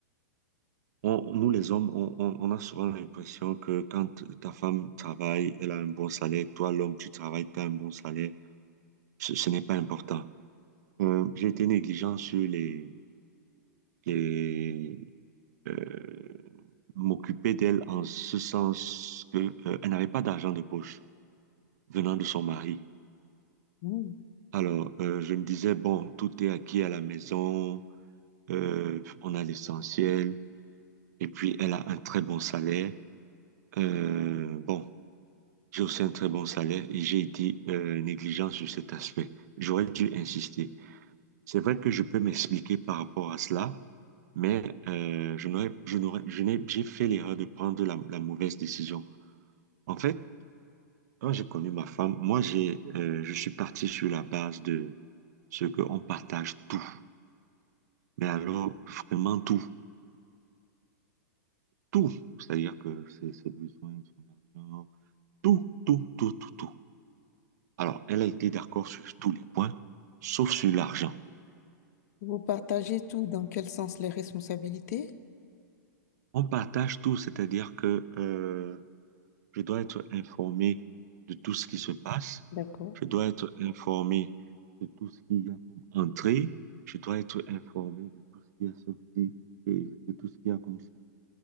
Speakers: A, on the right; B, on the left.
A: on- nous, les hommes, on, on- on a souvent l'impression que quand ta femme travaille, elle a un bon salaire. Toi, l'homme, tu travailles, tu as un bon salaire. Ce, ce n'est pas important. Euh, j'ai été négligent sur les et euh, m'occuper d'elle en ce sens que euh, elle n'avait pas d'argent de poche venant de son mari.
B: Hmm.
A: Alors, euh, je me disais, bon, tout est acquis à la maison, euh, on a l'essentiel, et puis elle a un très bon salaire. Euh, bon, j'ai aussi un très bon salaire et j'ai été euh, négligent sur cet aspect. J'aurais dû insister. C'est vrai que je peux m'expliquer par rapport à cela, mais euh, je n'aurais, je n'aurais, je n'ai, j'ai fait l'erreur de prendre la la mauvaise décision. En fait, quand j'ai connu ma femme, moi, j'ai, euh, je suis parti sur la base de ce qu'on partage tout. Mais alors, vraiment tout. Tout. C'est-à-dire que ses, ses besoins, son argent, tout, tout, tout, tout, tout. Alors, elle a été d'accord sur tous les points, sauf sur l'argent.
B: Vous partagez tout dans quel sens? Les responsabilités?
A: On partage tout, c'est-à-dire que euh, Je dois être informé de tout ce qui se passe.
B: D'accord.
A: Je dois être informé de tout ce qu'il y a comme entrée. Je dois être informé de tout ce qui est sorti et de tout ce qu'il y a comme ça.